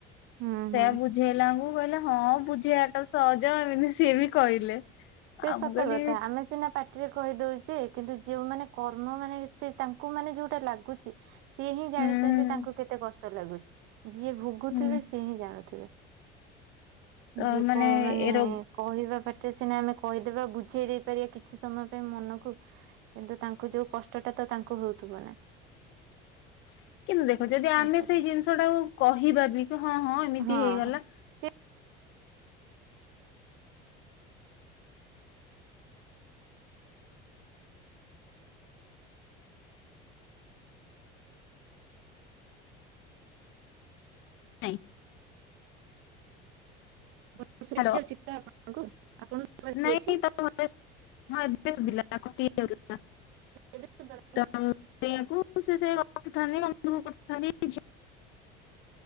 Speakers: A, on the right; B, on the left.
A: ହୁଁ
B: ସେଇଆ
A: ହୁଁ।
B: ବୁଝେଇଲାଙ୍କୁ କହିଲେ ହଁ ବୁଝିବାଟା ସହଜ ଏମିତି ସିଏ ବି କହିଲେ।
A: ସେ
B: ଆଉ
A: ସତ
B: ମୁଁ କହିଲି
A: କଥା ଆମେ ସିନା ପାଟିରେ କହିଦୋଉଛେ କିନ୍ତୁ ଯି ଯେଉଁମାନେ କର୍ମ ମାନେ ସେ ତାଙ୍କୁ ମାନେ ଯୋଉଟା ଲାଗୁଛି ସିଏ ହିଁ ଜାଣିଚନ୍ତି
B: ହୁଁ
A: ତାଙ୍କୁ କେତେ କସ୍ ଷ୍ଟ ଲାଗୁଛି ଯିଏ ଭୋଗୁଥିବେ
B: ହୁଁ
A: ସିଏ ହିଁ ଜାଣୁଥିବେ।
B: ତ
A: ଯିଏ କ ମାନେ
B: ଏ ରୋ
A: କହିବା ପାଟରେ ସିନା ଆମେ କୋ କହିଦେବା ବୁଝେଇ ଦେଇ ପାରିବା କିଛି ସମୟ ପାଇଁ ମନକୁ କିନ୍ତୁ ତାଙ୍କୁ ଯୋଉ କଷ୍ଟଟା ତ ତାଙ୍କୁ ହୋଉଥୁ <unintelligible>
B: <inaudible> କିନ୍ତୁ ଦେଖ ଯଦି ଆମେ
A: କରିବା
B: ସେଇ ଜିନିଷ ଟାକୁ କହିବା ବି କି ହଁ ହଁ ଏମିତି
A: ହଁ।
B: ହେଇଗଲା।
A: ସେ
B: <unintelligible>
A: ଭଏସ ଶୁଭା
B: ହ୍ୟାଲୋ
A: ଯାଉଛି ତ ଆପଣଙ୍କୁ। ଆପଣଙ୍କୁ ଶୁଭାଯାଉଛି?
B: ନାଇଁ ତ ଏବେ ହିଁ ଏବେ ଶୁବିଲା କଟିଯାଉଥିଲା।
A: ଏବେ ଶୁଭାଗଲା?
B: ତ ସେଇଆକୁ ସେ ସେଇଆ କ କୋହୁଥାନ୍ତି ମନ ଦୁଃଖ କରୁଥାନ୍ତି ଝି